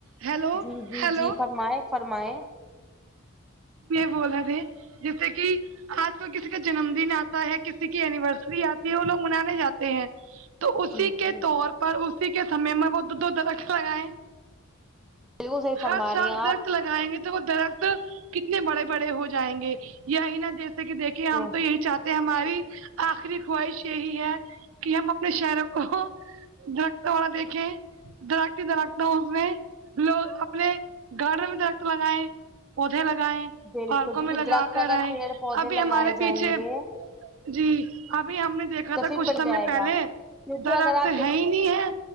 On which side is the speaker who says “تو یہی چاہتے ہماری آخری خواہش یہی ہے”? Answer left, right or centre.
Right